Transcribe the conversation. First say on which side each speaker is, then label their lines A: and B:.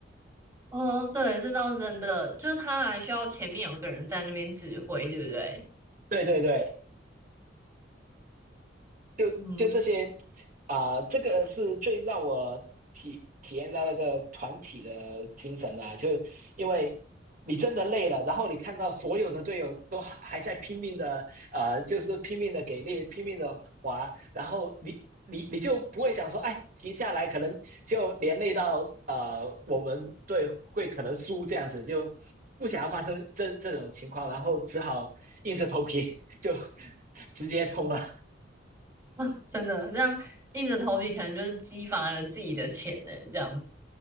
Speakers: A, on the right (about 20°); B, on the right (about 45°).
A: 哦，对，这倒是真的，就是他还需要前面有个人在那边指挥，对不对？
B: 对对对。就就这些
A: 嗯，
B: 啊、这个是最让我体体验到那个团体的精神啊，就因为你真的累了，然后你看到所有的队友都还还在拼命的呃，就是拼命的给力，拼命的滑，然后你你你就不会想说，哎，停下来，可能就连累到呃我们队会可能输这样子，就不想要发生这这种情况，然后只好硬着头皮 <laughs> 就直接冲了。
A: <laughs> 真的，这样硬着头皮，可能就是激发了自己的潜能，这样子。